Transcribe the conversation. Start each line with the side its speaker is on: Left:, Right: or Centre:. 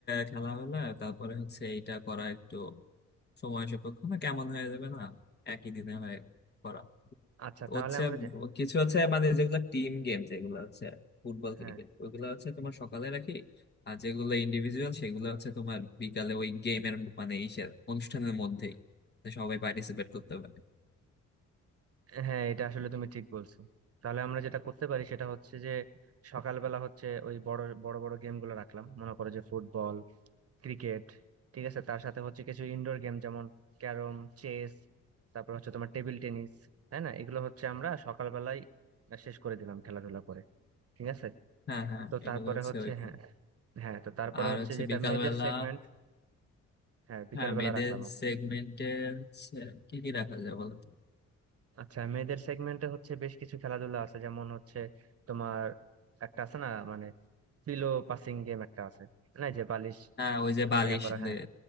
Left: খেলা হলে তারপরে হচ্ছে এইটা করা একটু সময় সাপেক্ষ না কেমন হয়ে যাবে না একই দিনে হয়ে করা
Right: আচ্ছা তাহলে
Left: হচ্ছে
Right: আমরা যে
Left: কিছু হচ্ছে মানে যেগুলো টিম গেম যেগুলো হচ্ছে ফুটবল
Right: হ্যাঁ
Left: ক্রিকেট ওগুলো হচ্ছে তোমার সকালে রাখি আর যেগুলো ইন্ডিভিজুয়াল সেগুলো হচ্ছে তোমার বিকালে ওই গেমের মানে ইসের অনুষ্ঠানের মধ্যেই তো সবাই পার্টিসিপেট করতে পারে
Right: হ্যাঁ এটা আসলে তুমি ঠিক বলছো তাহলে আমরা যেটা করতে পারি সেটা হচ্ছে যে সকালবেলা হচ্ছে ওই বড় বড় বড় গেম গুলো রাখলাম মনে করো যে ফুটবল ক্রিকেট ঠিক আছে তার সাথে হচ্ছে কিছু ইনডোর গেম যেমন ক্যারম চেস তারপর হচ্ছে তোমার টেবিল টেনিস তাই না এগুলো হচ্ছে আমরা সকালবেলায় শেষ করে দিলাম খেলাধুলা করে ঠিক আছে
Left: হ্যাঁ হ্যাঁ
Right: তো
Left: এগুলো
Right: তারপরে
Left: হচ্ছে
Right: হচ্ছে
Left: ওইখানে
Right: হ্যাঁ হ্যাঁ তো তারপরে
Left: আর
Right: হচ্ছে
Left: হচ্ছে
Right: যেটা
Left: বিকাল
Right: মেয়েদের
Left: বেলা
Right: সেগমেন্ট হ্যাঁ বিকালবেলা
Left: হ্যাঁ মেয়েদের
Right: রাখলাম
Left: সেগমেন্টে হচ্ছে কি কি রাখা যায় বলো তো?
Right: আচ্ছা মেয়েদের সেগমেন্টে হচ্ছে বেশ কিছু খেলাধুলা আছে যেমন হচ্ছে তোমার একটা আছে না মানে পিলো পাসিং গেম একটা আছে না এই যে বালিশ
Left: হ্যাঁ ওই যে বালিশ
Right: ইয়া করা হ্যাঁ
Left: দিয়ে